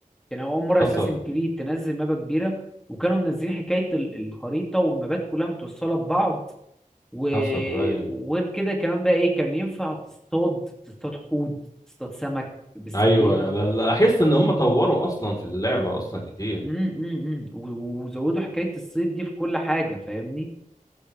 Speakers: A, in the centre; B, on the left (about 25°).
A: كان اول مرة
B: حصل
A: اساسن كريد تنزل مابة كبيرة وكانوا منزلين حكاية ال- الخريطة والمابات كلها متوصلة ببعض و-
B: حصل ايوه
A: وغير كده كمان بقى ايه كان ينفع تصطاد تصطاد حوت تصطاد سمك بالسفينة
B: ايوه لا- لاحظت ان هم طوروا اصلا في اللعبه اصلا كتير
A: امم امم وزودوا حكاية الصيد دي في كل حاجة فاهمني